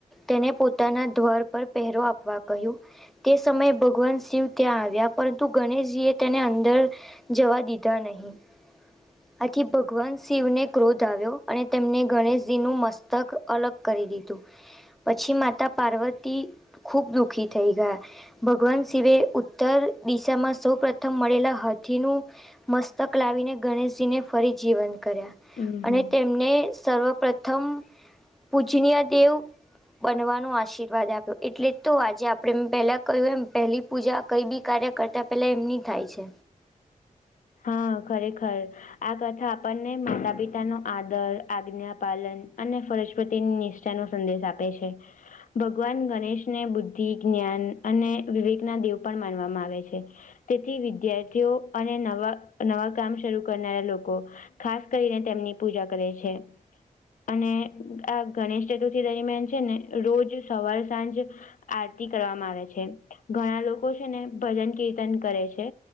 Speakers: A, in the centre; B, on the left.
A: તેને પોતાના ધ્વાર પર પહેરો આપવા કહ્યું તે સમયે ભગવાન શિવ ત્યાં આવ્યા પરંતુ ગણેશજી એ તેને અંદર જવા દીધા નહીં આથી ભગવાન શિવને ક્રોધ આવ્યો અને તેમને ગણેશજી નું મસ્તક અલગ કરી દીધું પછી માતા પાર્વતી ખુબ દુખી થઈ ગયા ભગવાન શિવે ઉત્તર દિશામાં સૌ પ્રથમ મળેલા હાથીનું મસ્તક લાવીને ગણેશજીને ફરી જીવંત કર્યા
B: હમ
A: અને તેમને સર્વ પ્ર્રથમ પૂજનીય દેવ બનવાનો આશીર્વાદ આપ્યો એટલે તો આજે આપણે પહેલા કહ્યું એમ પહેલી પૂજા કઈ બી કાર્ય કરતા પેલા એમની થાય છે
B: હા ખરેખર આ કથા આપણને માતા પિતા નો આદર આજ્ઞા પાલન અને ફરસ્વતીની નિષ્ઠ નો સંદેશ આપે છે ભગવાન ગણેશને બુદ્ધિ જ્ઞાન અને વિવેકના દેવ પણ માનવામાં આવે છે તેથી વિદ્યાર્થીઓ અને નવા નવા કામ શરૂ કરનારા લોકો ખાસ કરીને તેમની પૂજા કરે છે અને આ ગણેશ ચતુર્થી દરમિયાન છે ને રોજ સવાર સાંજ આરતી કરવામાં આવે છે ઘણા લોકો છે ને ભજન કીર્તન કરે છે